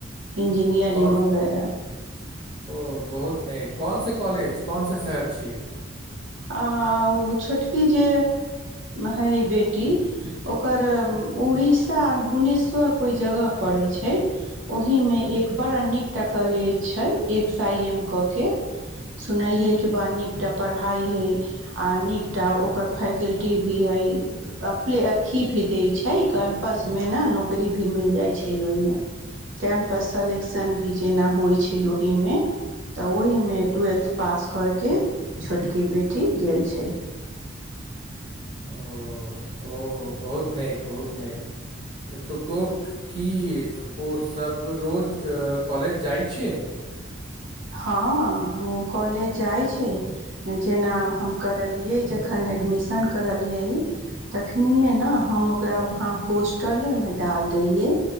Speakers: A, on the right; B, on the right.
A: इंजीनियरिंग
B: ओ कल
A: वगैरह
B: ओ बहुत ने कोनस कॉलेज कोनस शहर छी
A: आ ओ छोटकी जे है बेटी ओकर उड़ीसा भुवनेश्वर कोइ जगह पड़ैत छै ओहि मे एक बड़ा नीक टा कॉलेज छै, एक्स आई एम क के। सुनलियै जे बड्ड नीकटा पढ़ाइ है आ नीकटा ओकर फैकल टी भी हइ अपले अथि भी दै छै कैम्पसमे ने नौकरी भी मिल जाइ छै ओहिमे कैम्पस सेलेक्शन भी जेना होइ छै ओहीमे। तऽ ओहीमे ट्वेल्थ पास कऽ कऽ छोटकी बेटी गेल छै।
B: ओ ओ बहुत निक बहुत निक एतूको की ओ सभ रोज कॉलेज जाइत छै?
A: हँ, ओ कॉलेज जाइत छै। जेना हम करलियै जखन एडमिशन करलियै तखनिए न हम ओकरा ओहां होस्ट टले में डाल देलिये